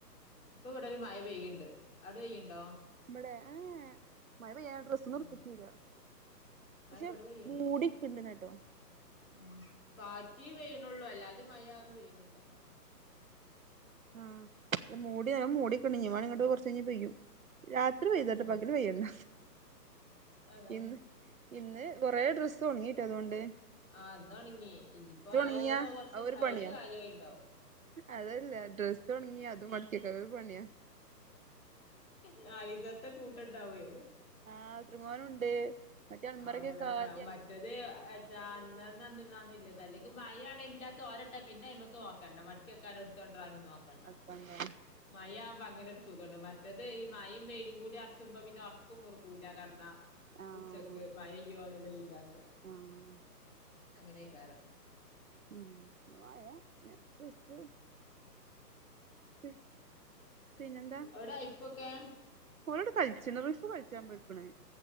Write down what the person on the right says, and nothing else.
ഇബടെ ഏഹ് മഴ പെയ്യി ഡ്രസ്സൊന്നിർതിട്ടീല
പക്ഷെ
മൂടി ഇണ്ടന്ന് കേട്ടോ
ആഹ് മൂടി മൂടിക്കണ്ട് ഇനിവാണേ ഇങ്ങട്ട് കൊറച്ചയ്ഞ് പെയ്യും രാ ത്രി പെയ്തോട്ടെ
പകല് പെയ്യണ്ട
ഇന്ന് ഇന്ന് കൊറേ ഡ്രസ്സ് ഒൺങ്ങിയിട്ടാ അതോണ്ട്
ഒണങ്ങിയാ
അത് ഒരു
പണിയാ
അതല്ല ഡ്രസ്സ് ഒൺങ്ങിയ അതുമ്മടക്കിയെക്കലൊര് പണിയാ
ആഹ് ത്രങ്ങാനുണ്ട് മറ്റേ അമ്മറക്കെ
കാലിയായി
പണ്ട്
ആഹ്
ആഹ്
മ് മയ ൻക്ശ്ത് മ് പിന്നെന്താ
ഓളോട് കളിച്ചിണ് റിഷു കൾച്ചാൻ പോയിക്ക്ണ്